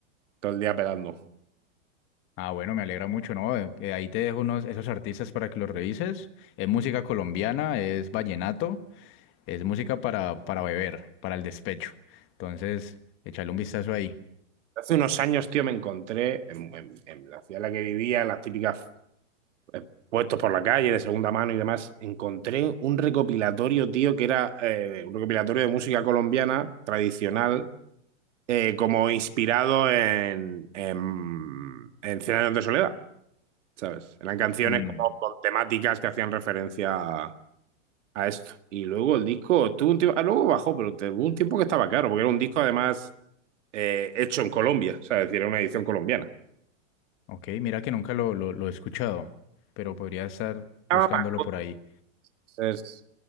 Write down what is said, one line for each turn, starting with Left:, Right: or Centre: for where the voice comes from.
Right: todo el día pelando.
Left: Ah, bueno, me alegra mucho, ¿no? Eh, eh, ahí te dejo unos, esos artistas para que los revises. Es música colombiana, es vallenato, es música para, para beber, para el despecho. Entonces, échale un vistazo ahí.
Right: Hace unos años, tío, me encontré en, en- en la ciudad en la que vivía, en las típicas eh, puestos por la calle de segunda mano y demás, encontré un recopilatorio, tío, que era eh, un recopilatorio de música colombiana tradicional, eh, como inspirado en, en, en Cien años de soledad, ¿sabes? Eran canciones
Left: Mm,
Right: como con temáticas que hacían referencia a, a esto. Y luego el disco tuvo un tiempo, ah, luego bajó, pero tuvo un tiempo que estaba caro, porque era un disco además eh, hecho en Colombia, o sea, es decir, era una edición colombiana.
Left: ok, mira que nunca lo, lo, lo he escuchado, pero podría estar
Right: Estaba
Left: buscándolo
Right: Macondo,
Left: por ahí.
Right: es-